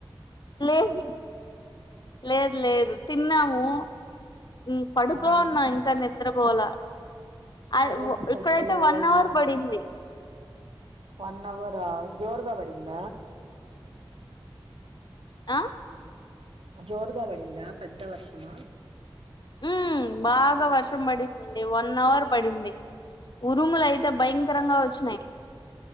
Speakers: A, on the left; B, on the right.
A: లేదు లేదు లేదు తిన్నాము ఈ పడుకో
B: ఆ
A: ఉన్నాం ఇంకా నిద్రపోల. ఆడ
B: ఏం
A: వో
B: స్పెషల్
A: ఇక్కడైతే
B: ఈ
A: వన్
B: రోజు
A: అవర్ పడింది.
B: వన్ అవర్ ఆ జోర్గాబడింద?
A: ఆ
B: జోరుగాబడింద పెద్ద వర్షమ?
A: ఉమ్ బాగా వర్షం పడిందండి వన్ అవర్ పడింది. ఉరుములయితే భయంకరంగా వ చానై